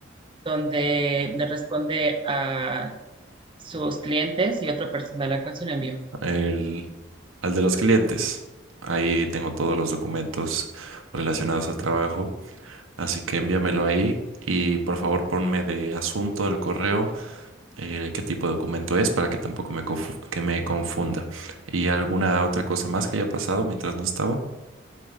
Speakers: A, on the right; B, on the right.
A: donde le responde a sus clientes y otro personal a cual se lo envió.
B: El, al de los clientes. Ahí tengo todos los documentos relacionados al trabajo, así que envíamelo ahí y por favor ponme de asunto del correo. eh, qué tipo de documento es para que tampoco me, confu- que me confunda. ¿Y alguna otra cosa más que haya pasado mientras no estaba?